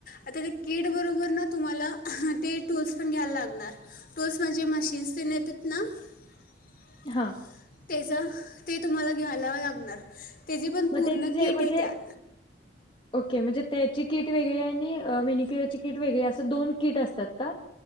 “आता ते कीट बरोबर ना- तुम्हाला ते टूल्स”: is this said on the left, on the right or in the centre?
Left